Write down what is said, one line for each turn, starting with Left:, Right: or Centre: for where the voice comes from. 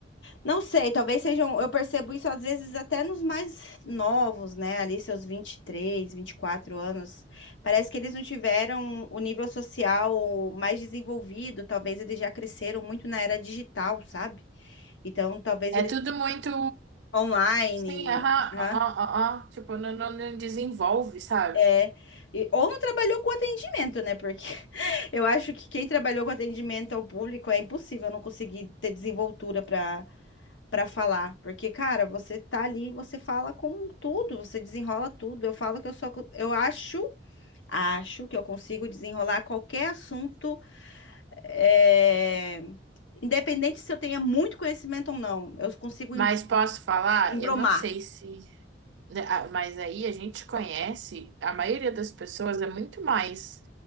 Left: Não sei, talvez sejam. Eu percebo isso às vezes até nos mais novos, né? Ali, seus vinte vinte e três, vinte e quatro anos. Parece que eles não tiveram o nível social mais desenvolvido. Talvez eles já cresceram muito na era digital, sabe? Então, talvez
Right: É
Left: eles
Right: tudo muito.
Left: online.
Right: Sim, aham,
Left: hã?
Right: ó, ó, ó, ó. Tipo, não, não não desenvolve, sabe?
Left: É. E- ou não trabalhou com atendimento, né? Porque <laughs> eu acho que quem trabalhou com atendimento ao público é impossível não conseguir ter desenvoltura para para falar, porque cara, você tá ali, você fala com tudo, você desenrola tudo. Eu falo que eu sou, eu acho, acho que eu consigo desenrolar qualquer assunto, é, independente se eu tenha muito conhecimento ou não, eu consigo
Right: Mas
Left: em-
Right: posso falar?
Left: embromar.
Right: Eu não sei se. Né, ah, Mas aí a gente conhece, a maioria das pessoas é muito mais